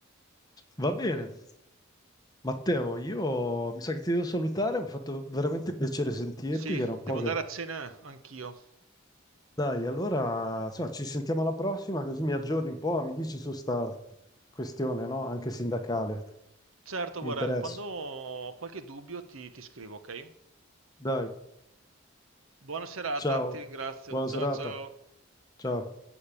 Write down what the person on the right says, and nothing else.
sì,
devo
andare a cena anch'io.
Certo,
guarda,
quando ho qualche dubbio ti ti scrivo, ok?
Buona serata,
ti ringrazio.
Ciao
ciao.